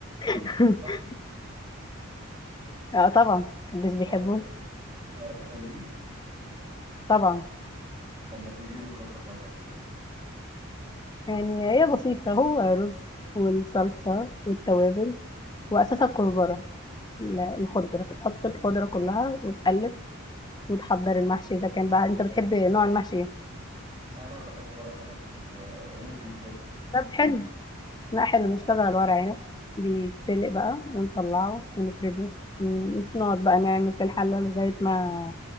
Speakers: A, on the right; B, on the left.
A: طب
B: <laughs>
A: بتحب المحشي
B: اه طبعا محدش
A: بتعرفي
B: بيحبه
A: بتعرفي تعمليه
B: طبعا
A: طب ما تقولي لي الخلطه بتاعتها كده
B: يعني هي بسيطة هو رز والصلصة والتوابل وأساسها الكزبرة ال- الخضرة تحط الخضرة كلها وتقلب وتحضر المحشي إذا كان بقى أنت بتحب نوع المحشي إيه
A: لا انا بحب ورق عنب و- وممكن كرنب
B: طب حلو لا حلو نشتغل على الورق عنب بيتسلق بقى ونطلعه ونفرده م- نقعد بقى نعمل في الحلة لغاية ما